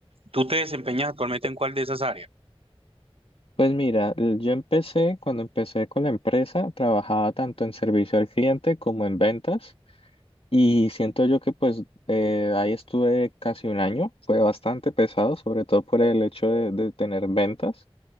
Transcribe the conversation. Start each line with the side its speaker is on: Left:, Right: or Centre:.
Right: ¿Tú te desempeñas actualmente en cuál de esas áreas?
Left: Pues mira, l- yo empecé, cuando empecé con la empresa, trabajaba tanto en servicio al cliente como en ventas. Y siento yo que pues eh, ahí estuve casi un año, fue bastante pesado, sobre todo por el hecho de, de tener ventas.